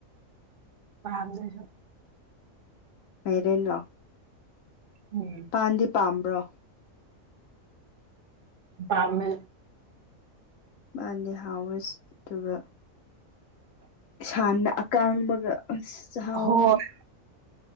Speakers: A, on the right (about 45°); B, on the left (about 75°).
A: ꯄꯥꯝꯗꯦꯁꯨ
B: ꯃꯥꯢꯔꯦꯟꯔꯣ
A: ꯎꯝ
B: ꯄꯥꯟꯗꯤ ꯄꯥꯝꯕ꯭ꯔꯣ
A: ꯄꯥꯝꯃꯦ
B: ꯃꯥꯅꯤ <unintelligible> ꯑꯗꯨꯒ ꯁꯥꯟ ꯑꯀꯥꯡꯕꯒ ꯑꯁ ꯆꯍꯥꯎꯕꯅꯤ
A: ꯍꯣꯏ